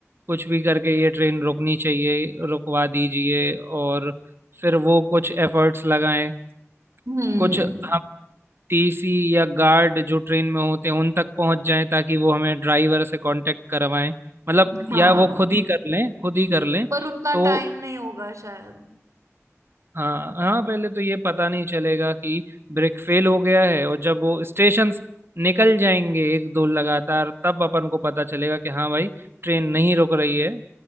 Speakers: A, on the right; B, on the right.
A: कुछ भी करके ये ट्रेन रुकनी चाहिए रुकवा दीजिए और फिर वो कुछ एफर्ट्स लगाएं
B: हम्म
A: कुछ हम टीसी या गार्ड जो ट्रेन में होते हैं उन तक पहुंच जाएं ताकि वो हमें ड्राइवर से कांटेक्ट करवाएं मतलब
B: हाँ
A: या वो खुद ही कर लें खुद ही कर लें
B: पर उतना
A: तो
B: टाइम नहीं होगा शायद
A: हाँ हाँ पहले तो ये पता नहीं चलेगा कि ब्रेक फेल हो गया है और जब वो स्टेशंस निकल जाएंगे एक दो लगातार तब अपन को पता चलेगा कि हाँ भाई ट्रेन नहीं रुक रही है